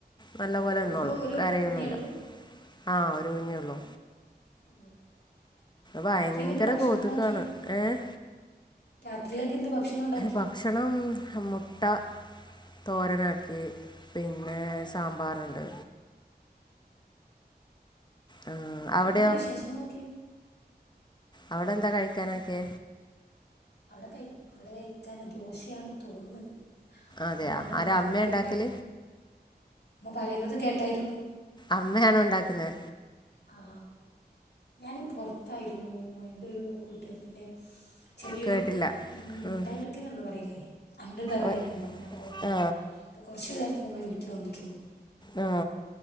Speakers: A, on the left; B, on the left.
A: നല്ല
B: ആഹ്
A: പോലെ
B: ഇങ്ങക്ക്
A: നിന്നോളും
B: ഒരു
A: കരയൊന്നുല്ല
B: കുഞ്ഞേ ഉള്ളൂ
A: ആ കുഞ്ഞേള്ളൂ
B: ഓ
A: ഭയങ്കര
B: രാത്രിയൊക്കെ എന്താ ഭക്ഷണം
A: കോതുകാണ്
B: ഉണ്ടാക്കിയേ
A: ഏഹ്
B: രാത്രിയിലേക്ക് എന്ത് ഭക്ഷണം ഉണ്ടാക്കി
A: ഭക്ഷണം മുട്ട തോരനാക്കി പിന്നെ സാമ്പാറുണ്ട് ആ,
B: പിന്നെന്തൊക്കെ
A: അവിടെയോ
B: വിശേഷങ്ങളൊക്കെ
A: അവിടെ എന്താ കഴിക്കാനൊക്കെ
B: അവിടെ ക ഇവിടെ കഴിക്കൻ ദോശയാണ് തോന്നുന്നത്
A: അതെയോ
B: ഉമ്മ അങ്ങനെ എതു
A: ആരാ
B: പറയുന്നേ
A: അമ്മ ഉണ്ടാക്കൽ
B: കേട്ടായിരുന്നു ഉമ്മ പറയുന്നത് കേട്ടായിരുന്നു
A: അമ്മയാണോ ഒണ്ടാക്കുന്നെ
B: ആ ഞാൻ പൊറത്തായിരുന്നു എന്റെ ഒരു കൂട്ടുകാരിത്തിന്റ ചെറിയൊരു
A: കേട്ടില്ല
B: ഈ
A: ഉം.
B: മുട്ടായൊടുക്കൽന്ന് നമ്മള് പറയില്ലേ അങ്ങനെ ഒരു പരിപാടി
A: ഒ-
B: ഉണ്ടായിരുന്നു അപ്പൊ ഞാൻ പുറത്തു
A: ആ
B: പോയി ഇപ്പൊ കൊറച്ചു നേര മുമ്പേ വീട്ടിൽ വന്നിട്ടുള്ളു
A: ആ